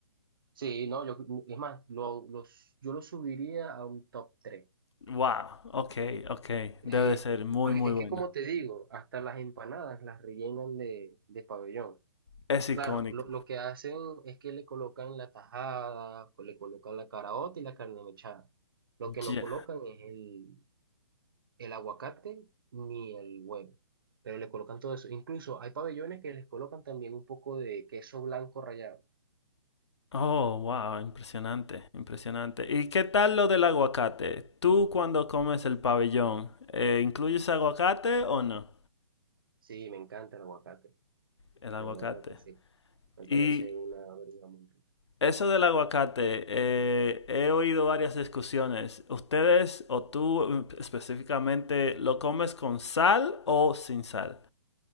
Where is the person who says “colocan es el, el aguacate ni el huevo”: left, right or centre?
Right